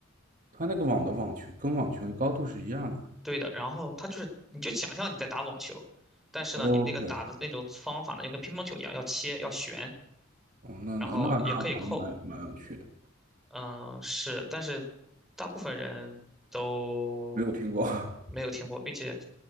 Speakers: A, on the right; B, in the centre.
A: 它那个网的网球跟网球的高度是一样的。
B: 对的，然后它就是，你就想象你在打网球，但是呢，
A: OK，
B: 你那个打的那种方法呢，就跟乒乓球一样，要切，要旋，
A: 哦那那那那还是蛮有蛮有趣的，
B: 然后也可以扣。嗯，是，但是大部分人都
A: 没有听过 <laughs>
B: 没有听过，并且